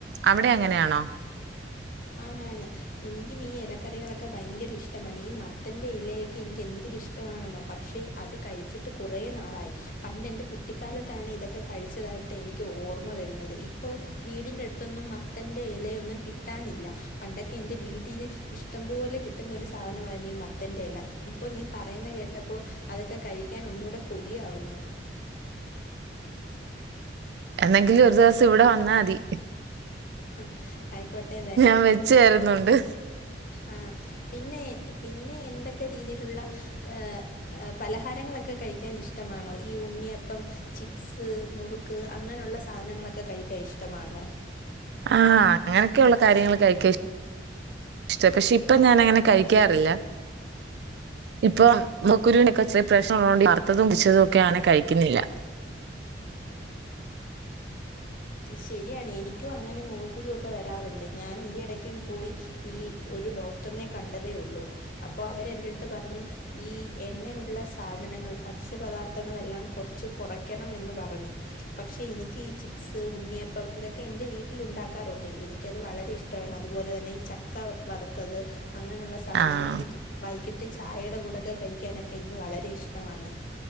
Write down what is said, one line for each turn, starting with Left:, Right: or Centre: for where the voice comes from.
Right: അവിടെ എങ്ങനെയാണോ
Left: ആണാണ് എനിക്കും ഈ ഇലക്കറികളൊക്കെ ഭയങ്കര ഇഷ്ടമാണ് ഈ മത്തറെ ഇലയൊക്കെ എനിക്ക് എന്തൊരി ഇഷ്ടമാണെന്നോ പക്ഷെ അത് കഴിച്ചിട്ട് കുറെേ നാളായി പണ്ട് എന്റെ കുട്ടിക്കാലത്താണ് ഇതൊക്കെ കഴിച്ചതായിട്ട് എനിക്ക് ഓർമ്മ വരുന്നത് ഇപ്പോ വീടിന്റെ അടുത്തൊന്നും മത്തന്റെ ഇലയൊന്നും കിട്ടാനില്ല പണ്ടൊക്കെ എന്റെ വീട്ടിൽ ഇഷ്ടം പോലെ കിട്ടുന്ന ഒരു സാധനമായിരുന്നു ഈ മത്തന്റെ എല അപ്പോ നീ പറയുന്ന കേട്ടപ്പോൾ അതൊക്കെ കഴി ൻ ഒന്നൂടെ കൊതിയാവുന്നു
Right: എന്തെങ്കിലും ഒരു ദിവസം ഇവിടെ വന്നാ മതി
Left: ഹ, ആയിക്കോട്ടെ വരാം
Right: ഞാൻ വെച്ച് തരുന്നുണ്ട്
Left: ആ പിന്നെ പിന്നെ എന്തൊക്കെ രീതിയിലുള്ള ഏ പലഹാരങ്ങളൊക്കെ കഴിക്കാൻ ഇഷ്ടമാണോ ഈ ഉണ്ണിയപ്പം ചിപ്സ് മുറുക്ക് അങ്ങനെയുള്ള സാധനങ്ങളൊക്കെ കഴിക്കാൻ ഇഷ്ടമാണോ
Right: ആഹ അങ്ങനെയൊക്കെയ ഉള്ള കാര്യങ്ങൾ കഴിക്കാ ഇഷ്ട പക്ഷെ ഇപ്പൊ ഞാൻ അങ്ങനെ കഴിക്കാറില്ല ഇപ്പൊ മുക്കുരുവിനക്കെ പ്രശ്നം ഉള്ളതൊണ്ട് വാർത്തതും പിച്ചതും ഒക്കെ അങ്ങനെ കഴിക്കുന്നില്ല
Left: ശരിയാണ് എനിക്കും അങ്ങനെ മുഖക്കുരു ഒക്കെ വരാറുണ്ട് ഞാൻ ഈ ഇടയ്ക്കും പോയി ഈ ഒരു ഡോക്ടറിനെ കണ്ടതേ ഉള്ളു അപ്പോ അവരെ എറ അടുത്ത് പറഞ്ഞു ഈ എന്നെള്ള സാധനങ്ങൾ ഭക്ഷ്യപദാർത്ഥങ്ങളെല്ലാം കുറച്ച് കുറയ്ക്കണം എന്ന് പറഞ്ഞു പക്ഷേ എനിക്ക് ഈ ചിപ്സ് ഉണ്ണിയപ്പം ഇതൊക്കെ എൻ്റെ വീട്ടില ഉണ്ടാക്കാറുണ്ട് എനിക്കത് വളരെ ഇഷ്ടമാണ് അതുപോലെ തന്നെ ഈ ചക്ക വറുത്തത് അങ്ങനെയുള്ള സാധനങ്ങൾ
Right: ആഹ്
Left: ഈ വൈകിട്ട് ചായയുടെ കൂടൊക്കെ കഴിക്കാനൊക്കെ എനിക്ക് വളരെ ഇഷ്ടമാണ്